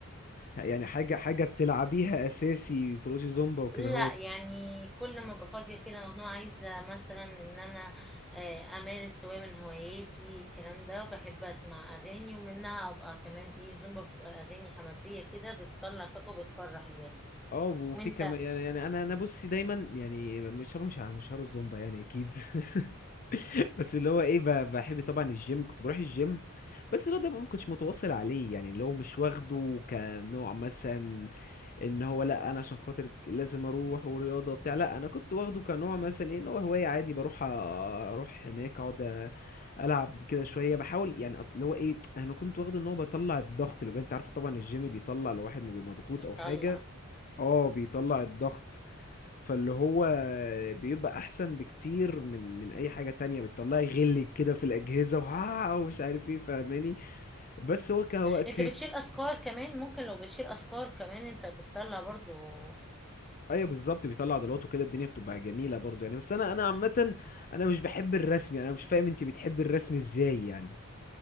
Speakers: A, on the left (about 40°); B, in the centre.
A: يعني حاجه حاجه بتلعبيها اساسي تروشي زومبا وكده
B: لا يعني كل ما ابقى فاضيه كده مجنونه عايزه مثلا ان انا آه، امارس هوايه من هواياتي الكلام ده بحب اسمع اغاني ومنها ابقى كمان ايه زومبا بتبقى اغاني حماسيه كده بتطلع طاقه وبتفرح الواحد
A: اه وفي
B: وانت
A: كمان يعني يعني انا انا بصي دايما يعني مش مش ه- مش هارو الزومبا يعني اكيد <laughs> بس اللي هو ايه ب- بحب طبعا الجيم كنت بروح الجيم بس اللي هو ده ما كنتش متواصل عليه يعني اللي هو مش واخده كنوع مثلا ان هو لا انا عشان خاطر ك- لازم اروح ورياضه وبتاع لا انا كنت واخده كنوع مثلا ايه ان هو هوايه عادي بروح أ- اروح هناك اقعد العب كده شويه بحاول يعني أط- اللي هو ايه انا كنت واخده ان هو بطلع الضغط اللي جوايا. انت عارف طبعا الجيم بيطلع لو واحد ما بيبقى مضغوط
B: بيطلع
A: او حاجه اه بيطلع الضغط فاللي هو بيبقى احسن بكتير من من اي حاجه تانية بتطلعي غل كده في الاجهزه وها ومش عارف ايه فاهماني بس هو ك هو
B: انت
A: ك-
B: بتشيل افكار كمان ممكن لو بتشيل افكار كمان انت بتطلع برضو
A: ايوه بالظبط بيطلع عضلات وكده الدنيا بتبقى جميله برضو يعني بس انا انا عامه انا مش بحب الرسم يعني انا مش فاهم انت بتحب الرسم ازاي يعني